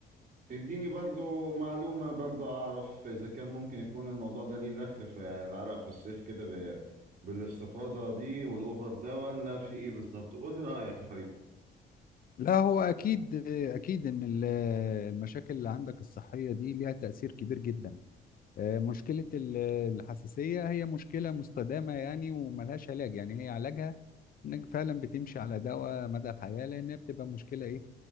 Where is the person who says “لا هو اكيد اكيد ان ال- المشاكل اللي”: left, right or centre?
Left